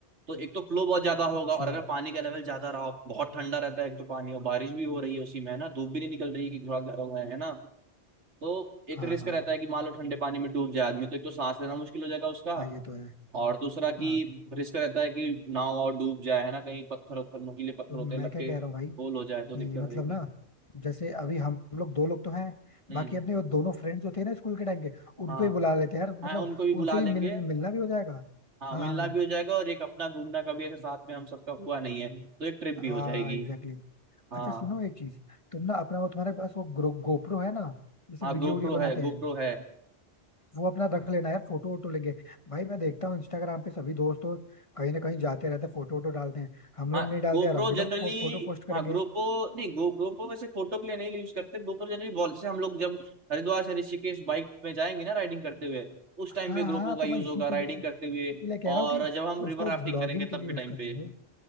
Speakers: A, on the right; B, on the left.
A: तो एक तो फ्लो बहुत ज्यादा होगा
B: अच्छा
A: और अगर पानी का लेवल ज्यादा रहा बहुत ठंडा रहता है एक तो पानी और बारिश भी हो रही है उसी में है ना धूप भी नहीं निकल रही है कि थोड़ा गर्म है है ना तो एक
B: हाँ
A: रिस्क
B: हाँ
A: रहता है कि मान लो ठंडे पानी में डूब जाए आदमी तो एक तो सांस लेना मुश्किल हो जाएगा उसका
B: हाँ ये तो है
A: और दूसरा कि
B: हाँ
A: रिस्क रहता है कि नाव और डूब जाए है ना कहीं पत्थर वत्थर नुकीले पत्थर
B: तो मैं
A: होते हैं लग
B: क्या
A: के
B: कह रहा हूँ भाई
A: होल हो जाए तो
B: कि
A: दिक्कत
B: मतलब
A: रहेगी
B: ना जैसे अभी हम लोग दो लोग तो हैं
A: हम्म
B: बाकी अपने वो दोनों फ्रेंड्स जो थे ना स्कूल के टाइम के उनको
A: हाँ
B: ही बुला लेते हैं यार मतलब
A: हाँ उनको भी
B: उनसे
A: बुला
B: भी
A: लेंगे
B: मिल मिलना भी हो जाएगा
A: हाँ
B: हाँ
A: मिलना
B: हाँ
A: भी हो जाएगा और एक अपना घूमना कभी ऐसे साथ में हम सबका हुआ नहीं है तो एक ट्रिप भी
B: हाँ
A: हो जाएगी
B: एग्जैक्टली exactly.
A: हाँ
B: अच्छा सुनो एक चीज तुम ना अपना वो तुम्हारे पास वो ग्रो, गोप्रो है ना जैसे
A: हाँ
B: वीडियो
A: गोप्रो
B: वीडियो बनाते
A: है गोप्रो
B: हैं
A: है
B: वो अपना रख लेना यार फोटो वोटो लेंगे भाई मैं देखता हूँ इंस्टाग्राम पे सभी दोस्त वोस्त कहीं ना कहीं जाते रहते फोटो वोटो डालते हैं हम
A: हाँ
B: लोग नहीं डालते
A: गोप्रो
B: यार हम भी
A: जनरली
B: लोग फो, फोटो पोस्ट करेंगे
A: हाँ GoPro नहीं गो GoPro वैसे फोटो के लिए नहीं यूज करते GoPro जनरली वॉल जैसे हम लोग जब हरिद्वार से ऋषिकेश बाइक में जाएंगे ना राइडिंग करते हुए उस टाइम
B: हाँ
A: पे GoPro
B: हाँ
A: का
B: तो
A: यूज
B: मैं इसी
A: होगा
B: के
A: राइडिंग
B: लिए इसी
A: करते हुए
B: के लिए कह रहा
A: और
B: हूँ कि
A: जब हम रिवर
B: उसको
A: राफ्टिंग
B: ब्लॉगिंग
A: करेंगे
B: के
A: तब
B: लिए
A: के
B: यूज
A: टाइम
B: कर
A: पे
B: लेंगे